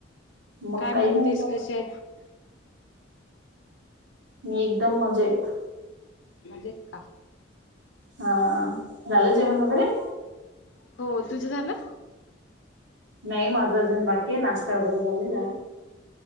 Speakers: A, on the right (about 70°); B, on the left (about 75°).
A: मग
B: काय
A: काही
B: म्हणतेस
A: नाही बा
B: कशेत आहेत?
A: मी एकदम मजेत.
B: मजेत का?
A: हा, झालं जेवन वैगरे?
B: हो, तुझं झालं?
A: नाही माझा अजून बाकी आहे नाश्ता वगैरे झालेला आहे.